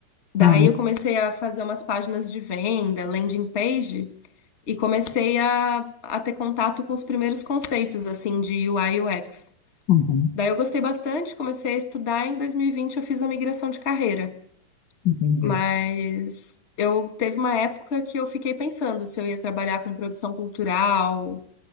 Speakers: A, on the left; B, on the left.
A: Daí
B: Caramba,
A: eu comecei a fazer umas páginas de venda, landing page, e comecei a, a ter contato com os primeiros conceitos, assim, de UI e UX.
B: uhum,
A: Daí eu gostei bastante, comecei a estudar. Em 2020 eu fiz a migração de carreira.
B: entendi.
A: Mas eu teve uma época que eu fiquei pensando se eu ia trabalhar com produção cultural,